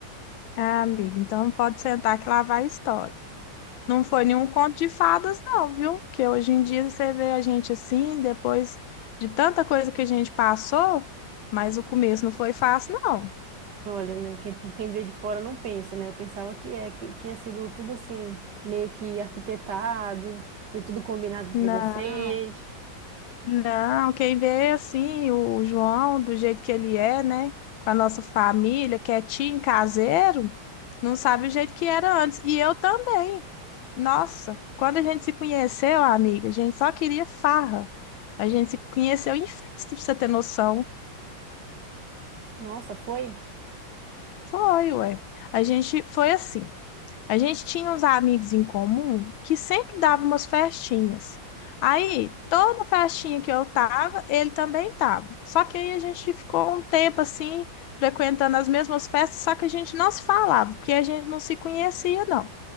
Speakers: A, on the left; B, on the right.
A: Ah, amiga, então pode sentar que lá vai a história. Não foi nenhum conto de fadas, não, viu? Que hoje em dia você vê a gente assim, depois de tanta coisa que a gente passou, mas o começo não foi fácil, não.
B: Olha, né, quem, quem vê de fora não pensa, né? Eu pensava que é, que tinha sido tudo assim, meio que arquitetado, foi tudo combinado entre
A: Não,
B: vocês.
A: não, quem vê assim, o João, do jeito que ele é, né? Com a nossa família, quietinho, caseiro, não sabe o jeito que era antes. E eu também. Nossa, quando a gente se conheceu, amiga, a gente só queria farra. A gente se conheceu em festa, pra você ter noção.
B: Nossa, foi?
A: Foi, ué. A gente foi assim. A gente tinha uns amigos em comum que sempre davam umas festinhas. Aí, toda festinha que eu tava, ele também tava. Só que aí a gente ficou um tempo assim, frequentando as mesmas festas, só que a gente não se falava, porque a gente não se conhecia, não.